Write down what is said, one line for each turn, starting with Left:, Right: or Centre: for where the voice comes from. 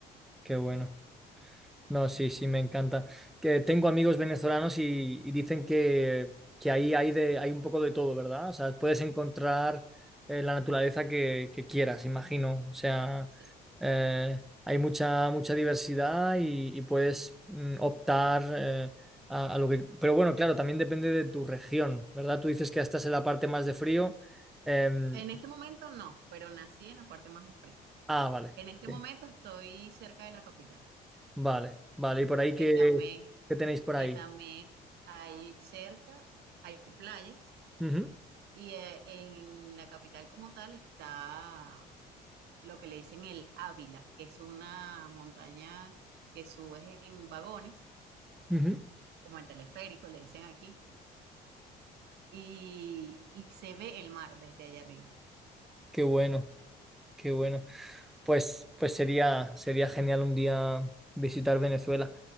Centre: qué bueno. No, sí, sí, me encanta. Que tengo amigos venezolanos y, y dicen que, que ahí hay, de, hay un poco de todo, ¿verdad? O sea, puedes encontrar eh, la naturaleza que, que quieras, imagino. O sea,
Right: Sí.
Centre: eh, hay mucha, mucha diversidad y, y puedes mm, optar eh, a, a lo que... Pero bueno, claro, también depende de tu región, ¿verdad? Tú dices que estás en la parte más de frío. Em,
Right: En este momento no, pero nací en la parte más de frío.
Centre: ah, vale.
Right: En este
Centre: Ok.
Right: momento estoy cerca de la capital,
Centre: Vale, vale. ¿Y por ahí qué,
Right: que también,
Centre: qué tenéis por
Right: que
Centre: ahí?
Right: también hay cerca, hay playas,
Centre: Ujú,
Right: y eh, en la capital como tal está lo que le dicen el Ávila, que es una montaña que subes en vagones,
Centre: ujú.
Right: como el teleférico, le dicen aquí, y, y se ve el mar desde allá arriba.
Centre: Qué bueno. Qué bueno. Pues, pues sería, sería genial un día visitar Venezuela.